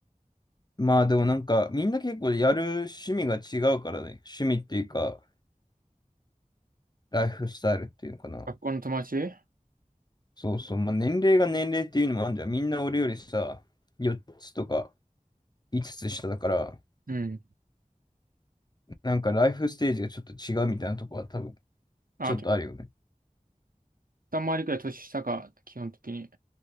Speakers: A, on the left; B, on the right.
A: まあでもなんかみんな結構やる趣味が違うからね。趣味っていうか、ライフスタイルっていうのかな。
B: 学校の友達
A: そうそう。まあ年齢が年齢っていうのもあるんじゃん。みんな俺よりさ、4つとか5つつ下だから、
B: うん。
A: なんかライフステージがちょっと違うみたいなとこは多分
B: あ、
A: ちょっとあるよね。
B: 結構3まりくらい年下か、基本的に。